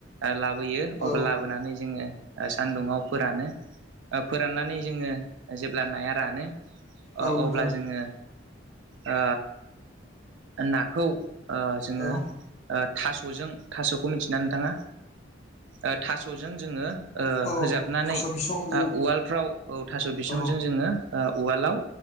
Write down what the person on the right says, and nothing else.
ओ लाब बोयो
अब लाबोनानै जोङो ओ सान्दुङाव फोरानो ओ फोराननानै जोङो ओ जेब्ला नाया रानो अ
अब्ला जोङो ओ नाखौ ओ जोङो
ओ थास'जों थास'खौ मोनथिना नोंथाङा? ओ थास'जों जोङो ओ
होजाबनानै
आ उवालफ्राव औ थास' बिसंजों
जोङो ओ उवालाव